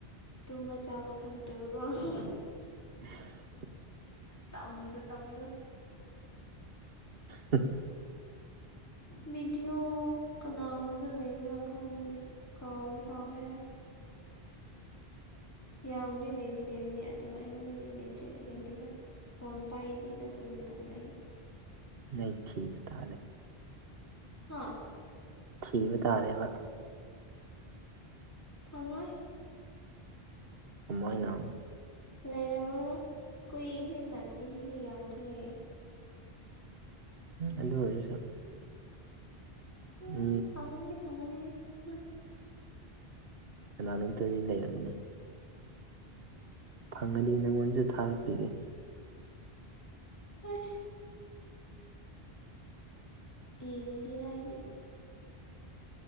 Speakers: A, on the left (about 15°); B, on the right (about 65°).
A: ꯇꯨꯝꯕ ꯆꯥꯕ ꯈꯪꯗ꯭ꯔꯕ ꯀꫭ꯫
B: ꯫ <unintelligible>
A: ꯇꯝꯕꯗꯨ ꯇꯝꯕꯗꯨ꯫
B: ꯫ <inaudible>
A: ꯚꯗꯤꯑꯣ ꯀꯅꯥꯉꯣꯟꯗ ꯂꯩꯕ꯭ꯔꯥ ꯈꯪꯗ‌ꯦ꯫ ꯀꯥꯎꯕꯨ ꯀꯥꯎ ꯈ꯭ꯔ‌ꯦꯗ꯫
B: <unintelligible>
A: ꯌꯥꯝꯗꯤ ꯂꯩꯗꯤ ꯂꯩꯕꯅꯦ ꯑꯗꯨꯗꯣ ꯑꯩꯉꯣꯟꯗꯗꯤ ꯂꯩꯇ꯭ꯔꯦ ꯂꯩꯗꯦꯗ ꯐꯣꯟ ꯄꯥꯏꯗꯦꯗ ꯗꯨ ꯃꯇꯝꯗ ꯑꯩ
B: ꯅ ꯊ ꯊꯥꯔꯦ <inaudible>
A: ꯍꯥꯥ
B: ꯊꯤꯕ ꯇꯥꯔꯦꯕ
A: ꯐꯪꯉꯣꯏ
B: ꯀꯃꯥꯢꯅ
A: ꯂꯩꯔꯝꯃꯔꯣꯏ ꯀꯨꯏꯈꯦꯅ ꯆꯍꯤꯗꯨ ꯌꯥꯝꯈ꯭ꯔꯦ
B: ꯎꯝ ꯑꯗꯨ ꯑꯣꯏꯔꯁꯨ
A: ꯍꯨꯝ
B: ꯎꯝ
A: ꯐꯪꯉꯅꯤ ꯐꯪꯉꯅꯤ꯫ ꯍꯨꯝ
B: ꯀꯅꯥꯅꯣꯝꯇꯗꯤ ꯂꯩꯔꯝꯒꯅꯤ ꯐꯪꯉꯗꯤ ꯅꯪꯉꯣꯟꯁꯨ ꯊꯥꯔꯛꯄꯤꯒꯦ꯫
A: ꯑꯁ꯫ ꯌꯦꯡꯅꯤꯡꯗ‌ꯦꯗ ꯑꯩꯗꯤ꯫